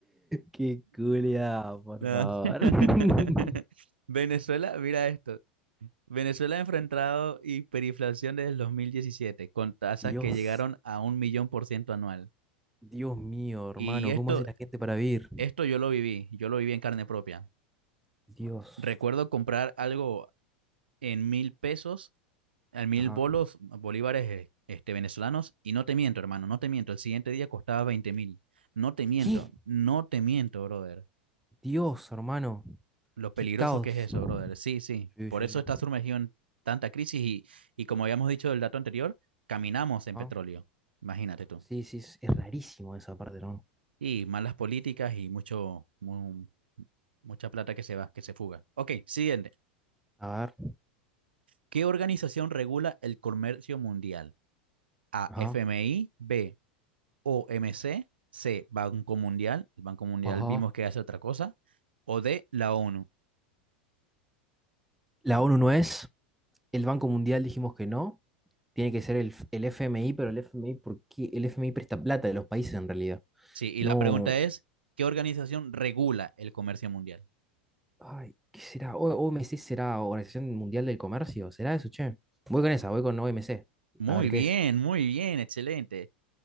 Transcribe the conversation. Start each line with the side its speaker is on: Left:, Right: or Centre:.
Centre: Qué culia, por
Right: No.
Centre: favor.
Right: <laughs>
Centre: <laughs>
Right: Venezuela, mira esto. Venezuela ha enfrentado hiperinflación desde el dos mil diecisiete con tasas
Centre: Dios,
Right: que llegaron a un millón por ciento anual.
Centre: Dios mío, hermano,
Right: Y esto,
Centre: ¿cómo hace la gente para vivir?
Right: esto yo lo viví, yo lo viví en carne propia.
Centre: Dios.
Right: Recuerdo comprar algo en mil pesos, en mil
Centre: Ajá.
Right: bolos, bolívares eh, este, venezolanos, y no te miento, hermano, no te miento, el siguiente día costaba veinte mil. No te miento,
Centre: ¿Qué?
Right: no te miento, brother.
Centre: Dios, hermano.
Right: Lo
Centre: Qué
Right: peligroso
Centre: caos.
Right: que es eso, brother. Sí, sí.
Centre: Sí,
Right: Por
Centre: sí,
Right: eso
Centre: sí.
Right: está sumergido en tanta crisis y, y como habíamos dicho del dato anterior, caminamos en
Centre: Ajá.
Right: petróleo. Imagínate tú.
Centre: Sí, sí, es, es rarísimo esa parte, hermano.
Right: Y malas políticas y mucho, mu- mucha plata que se va, que se fuga. Ok, siguiente.
Centre: A ver.
Right: ¿Qué organización regula el comercio mundial? A,
Centre: Ajá.
Right: F M I B, O MC, C, C, Banco Mundial, el Banco Mundial
Centre: Ajá.
Right: vimos que hace otra cosa, o D, la ONU.
Centre: La ONU no es. El Banco Mundial dijimos que no. Tiene que ser el, el FMI, pero el FMI, ¿por qué? El FMI presta plata de los países en realidad.
Right: Sí, y
Centre: No,
Right: la pregunta es, ¿qué organización regula el comercio mundial?
Centre: ay, ¿qué será? O- OMC será Organización Mundial del Comercio, ¿será eso, che? Voy con esa, voy con OMC.
Right: Muy
Centre: A ver qué
Right: bien,
Centre: es.
Right: muy bien, excelente.